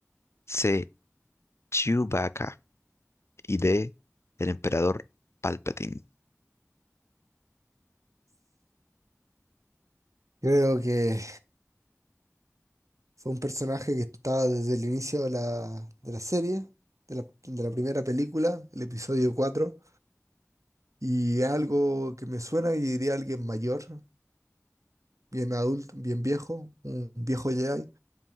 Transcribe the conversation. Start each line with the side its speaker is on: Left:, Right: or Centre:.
Left: C. Chewbacca. Y D. El emperador Palpatine.
Right: Creo que fue un personaje que estaba desde el inicio de la, de la serie, de la, de la primera película, el episodio 4 y algo que me suena y diría alguien mayor, bien adulto, bien viejo, un viejo Jedi.